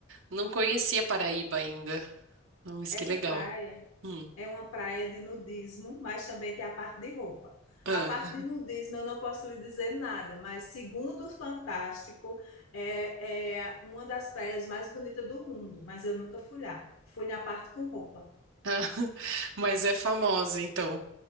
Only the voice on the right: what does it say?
Não conhecia Paraíba ainda. Nossa,
que legal.
Hum.
Ah.
Ah. <laughs> Mas é famosa, então.